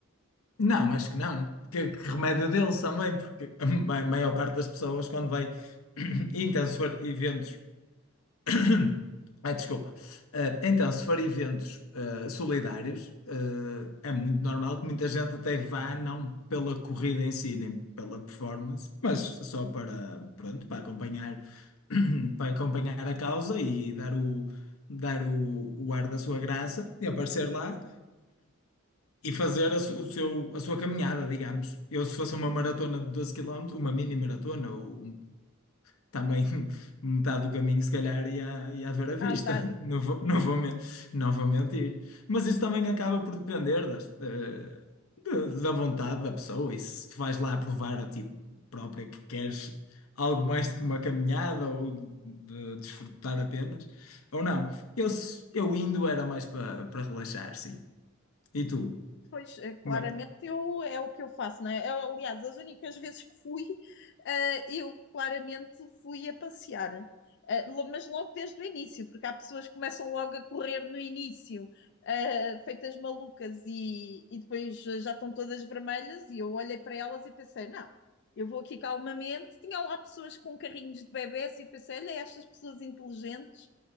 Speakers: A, on the left; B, on the left.
A: Não, acho que não. Que, que remédio deles também, porque a ma- maior parte das pessoas, quando vai, <clears throat> então, se for eventos. <coughs> Ai, desculpa. Eh, então, se for eventos eh, solidários, eh, é muito normal que muita gente até vá, não pela corrida em si, nem pela performance, mas só para, pronto, para acompanhar, <coughs> <clears throat> para acompanhar a causa e dar o, dar o, o ar da sua graça e aparecer lá e fazer a, su- o seu, a sua caminhada, digamos. Eu, se fosse uma maratona de 12 quilómetros, uma mini maratona, ou um também <laughs> metade do caminho, se calhar, ia, ia haver à vista.
B: a andar?
A: <laughs> Não vou, não vou, men- não vou mentir. Mas isso também acaba por depender das, da, da da vontade da pessoa. E se tu vais lá provar a ti própria que queres algo mais do que uma caminhada ou de desfrutar apenas, ou não. Eu, s- eu indo era mais para para relaxar, sim. E tu?
B: Pois, eh, claramente
A: Como É
B: eu, é o que eu faço, não é? Eu, aliás, as únicas vezes que fui, eh, eu claramente fui a passear. Eh, lo- mas logo desde o início, porque há pessoas que começam logo a correr no início, eh, feitas malucas e, e depois eh, já estão todas vermelhas. E eu olhei para elas e pensei: não, eu vou aqui calmamente. Tinha lá pessoas com carrinhos de bebés e eu pensei: olha, estas pessoas inteligentes